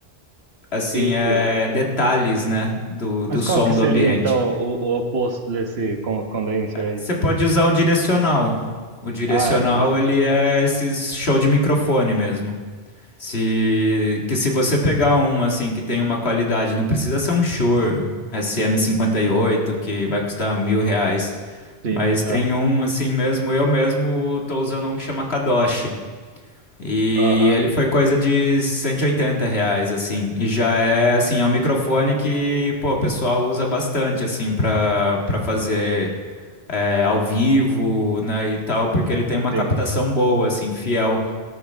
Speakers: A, on the left (about 70°); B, on the right (about 70°).
A: assim,
B: e,
A: é, detalhes, né? Do, do
B: mas
A: som
B: qual que seria
A: do ambiente.
B: então o, o oposto desse con- condenser aí?
A: Você pode usar o direcional. O direcional,
B: Ah, é, ah,
A: ele é esses show de microfone mesmo. Se, que se você pegar um assim que tem uma qualidade, não precisa ser um Shure SM58 que vai custar mil reais,
B: sim.
A: mas tem
B: Ah,
A: um assim mesmo. Eu mesmo tô usando um que chama Kadoshi e
B: aham.
A: ele foi coisa de 180 reais assim. E já é assim é um microfone que pô, o pessoal usa bastante assim para para fazer é, ao vivo, né, e tal, porque ele tem uma
B: Sim.
A: captação boa, assim, fiel.